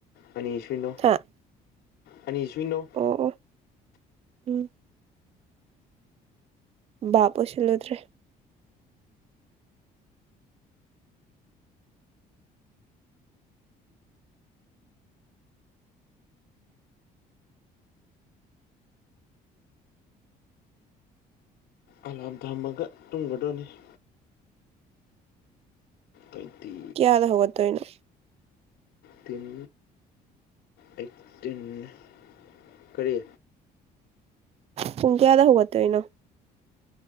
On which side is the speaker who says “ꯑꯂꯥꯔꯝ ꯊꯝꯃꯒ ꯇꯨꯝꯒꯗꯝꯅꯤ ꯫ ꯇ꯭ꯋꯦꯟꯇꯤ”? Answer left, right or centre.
Left